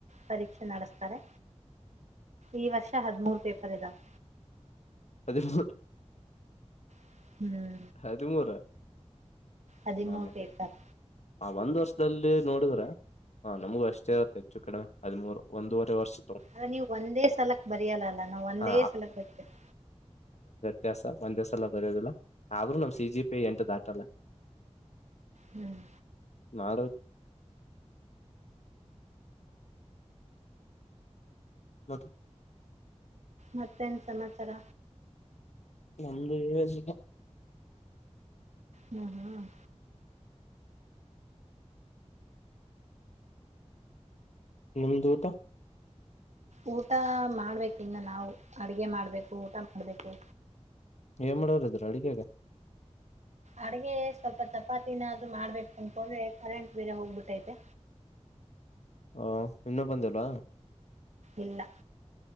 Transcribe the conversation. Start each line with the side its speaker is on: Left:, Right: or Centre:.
Right: ಪರೀಕ್ಷೆ ನಡೆಸ್ತಾರೆ. ಈ ವರ್ಷ ಹದ್ಮೂರ್ ಪೇಪರ್ ಇದಾವ್.
Left: ಹದಿಮೂರ್.
Right: ಹ್ಮ್
Left: ಹದ್ಮೂರ.
Right: ಹದಿಮೂರ್
Left: ನಮ್ಗ
Right: ಪೇಪರ್
Left: ಆ ಒಂದ್ ವರ್ಷ ದಲ್ಲಿ ನೋಡಿದ್ರ ಹ ನಮ್ಗೂ ಅಷ್ಟೇ ಇರುತ್ತೆ ಹೆಚ್ಚು ಕಡ್ಮೆ ಹದಿಮೂರ್ ಒಂದೂವರೆ ವರ್ಷ್
Right: ಆ ನೀವ್ ಒಂದೇ ಸಲಕ್ ಬರಿಯಲ ಅಲ್ಲ ನಾವ್ ಒಂದೇ
Left: ಹ
Right: ಸಲಕ್ ಬರಿತಿವಿ.
Left: ವ್ಯಾಸ ಒಂದೆ ಸಲ ಬರ್ಯೊದಿಲ್ಲ. ಆದ್ರು ನಮ್ ಸಿ ಜಿ ಪಿ ಎಂಟ್ ದಾಟಲ್ಲ.
Right: ಹ್ಮ್
Left: ನಾರ. ಮತ್.
Right: ಮತ್ತೇನ್ ಸಮಾಚಾರ.
Left: ನಮ್ದು ಏನಿಲ್ಲ.
Right: ಹ್ಮ್ ಹ್ಮ್.
Left: ನಿಮ್ದೂಟ.
Right: ಊಟ ಮಾಡ್ಬೇಕ್ ಇನ್ನ ನಾವು ಅಡ್ಗೆ ಮಾಡ್ಬೇಕು ಊಟ ಮಾಡ್ಬೇಕು.
Left: ಏನ್ ಮಾಡೋರ್ ಇದ್ರ ಅಡಿಗ್ಯಾಗ.
Right: ಅಡ್ಗೆ ಸ್ವಲ್ಪ ಚಪಾತಿನಾದ್ ಮಾಡ್ಬೇಕು ಅನ್ಕೊಂಡ್ರೆ ಕರೆಂಟ್ ಬೀರೆ ಹೋಗ್ಬಿಟ್ಟೈತೆ.
Left: ಹ ಇನ್ನೂ ಬಂದಿಲ್ವಾ.
Right: ಇಲ್ಲ.